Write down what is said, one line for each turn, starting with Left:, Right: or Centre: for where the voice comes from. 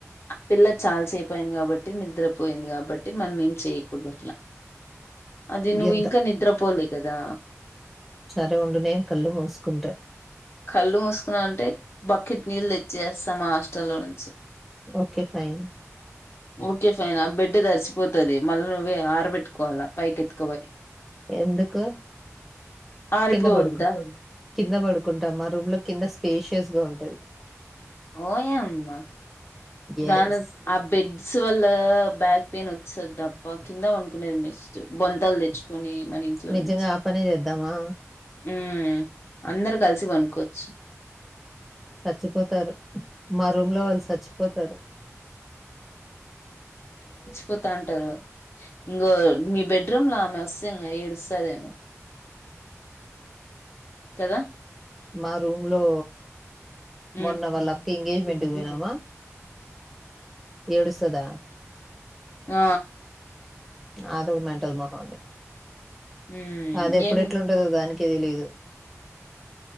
Left: ఆ పిల్ల చాల్సేపు అయింది కాబట్టి నిద్రపొయింది కాబట్టి మనం ఏం చేయకూడదు అట్ల అది నువ్వింక
Centre: ఎంత
Left: నిద్ర పోలీ దదా
Centre: సరే ఉండు నేను కళ్ళు మూసుకుంట
Left: కళ్ళు మూసుకున్నా అంటే బకెట్ నీళ్లు తెచ్చేస్తా మా హాస్టల్లో నుంచి
Centre: ఓకే ఫైన్
Left: ఓకే ఫైనా బెడ్ తడిసి మచ్చిపోతది మళ్ళ నువ్వే ఆరబెట్టుకోవాలా పైకి ఎతుకవోయ్
Centre: ఎందుకు
Left: ఆరిపోవద్దా
Centre: కింద పడుకు కింద పడుకుంటాం మా రూమ్ లో కింద స్పేషియస్ గా ఉంటది
Left: ఓయమ్మ దాను
Centre: ఎస్
Left: ఆ బెడ్స్ వల్ల బ్యాక్ పేన్ వస్తది దప్ప కింద వండుకునేది బెస్ట్ బొంతలు తెచ్చుకొని మన ఇంట్లో
Centre: నిజంగా
Left: నుంచి
Centre: ఆ పనే చేద్దామా
Left: ఉమ్ అందరు కలిసి పానుకో క్షి
Centre: సచ్చిపో పోతరు మా రూమ్ లో వాళ్ళు చచ్చిపోతారు
Left: పోతా అంటారు ఇంకో మీ బెడ్రూమ్ లో ఆమె వస్తా ఇం ఏడుస్తందిమో కదా
Centre: మా రూమ్ లో
Left: ఉమ్
Centre: మొన్న వాళ్ళ అక్క ఎంగేజ్మెంట్
Left: ఉమ్
Centre: కి పోయినామా ఏడుస్తదా
Left: ఆ
Centre: అది ఒకా మెంటల్ మోకంది
Left: హ్మ్.
Centre: అద
Left: ఇంగేం
Centre: ఎప్పుడు ఎట్లాంటదో దాని కె తెలీదు